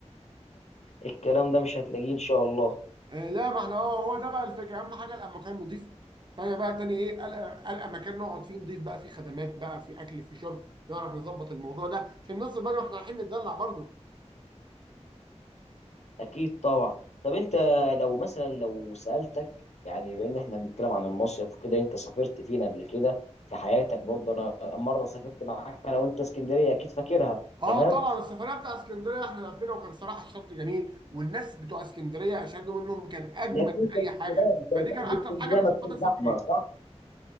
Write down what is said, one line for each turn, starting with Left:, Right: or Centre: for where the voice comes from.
Left: الكلام ده مش هتلاقيه ان شاء الله
Right: آه لا ما احنا هو هو ده بقى الفكره اهم حاجه المكان نظيف تاني بقى تاني ايه القى القى مكان نقعد فيه نضيف بقى فيه خدمات بقى فيه اكل فيه شرب نعرف نظبط الموضوع ده عشان نوصل بقى ما احنا رايحين نتدلع برضه
Left: اكيد طبعا طب انت لو مثلا لو سالتك يعني بما ان احنا بنتكلم عن المصيف وكده انت سافرت فين قبل كده في حياتك برضه انا مره سافرت معاك انا وانت اسكندريه اكيد فاكرها
Right: اه
Left: تمام
Right: طبعا السفريه بتاع اسكندريه احنا لفينا وكان صراحه الشط جميل والناس بتوع اسكندريه اشهد لهم انهم كان اجمل
Left: لكن
Right: من
Left: انت
Right: اي حاجه
Left: مش- كانت
Right: فدي كان
Left: قبل
Right: اكتر
Left: اسكندريه
Right: حاجه من
Left: ما
Right: صفات
Left: تكون
Right: السفريه
Left: زحمه صح